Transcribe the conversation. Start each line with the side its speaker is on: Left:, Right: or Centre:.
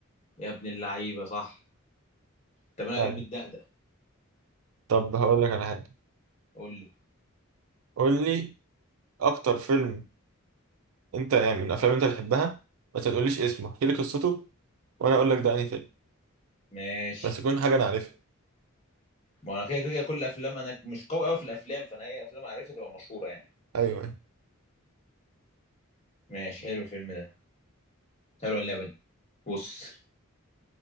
Left: يا ابن اللعيبه صح طب انا عليك
Right: ايوه
Left: بالدقدق
Right: طب هقول لك على حاجة
Left: قول له
Right: قول لي اكتر فيلم انت يعني من الافلام اللي انت بتحبها بس ما تقوليش اسمه احكي لي قصته وانا اقول لك ده انهي فيلم
Left: ماشي
Right: بس يكون حاجة انا عارفها
Left: ما انا كده كده كل الافلام انا مش قوي قوي في الافلام فانا اي افلام عارفها تبقى مشهوره يعني
Right: ايوه
Left: ماشي حلو الفيلم ده حلوه اللعبه دي بص